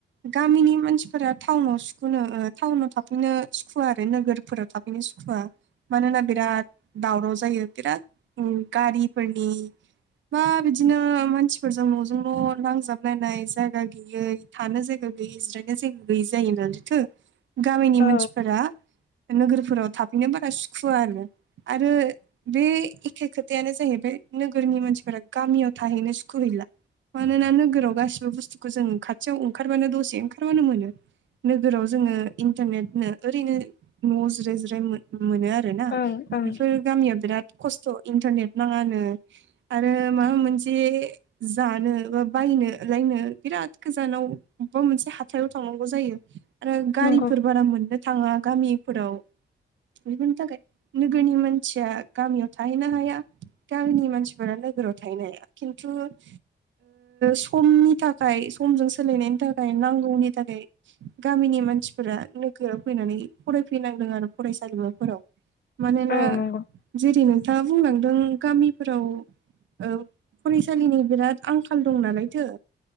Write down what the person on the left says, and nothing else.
औ
ओं ओं
नंगौ
औ नंगौ